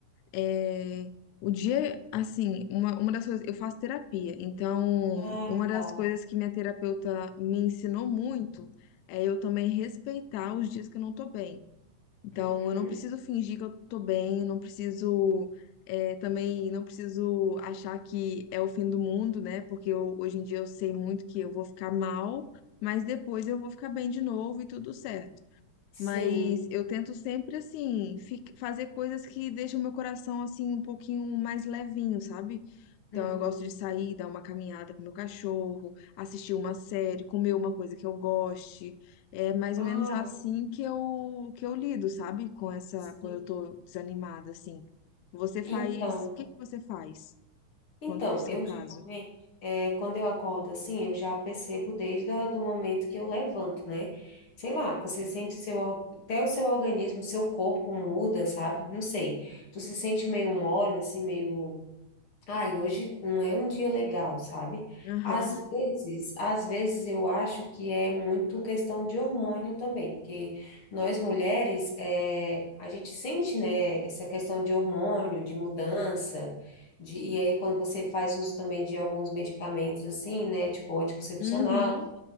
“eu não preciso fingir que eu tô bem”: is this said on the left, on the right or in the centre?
Left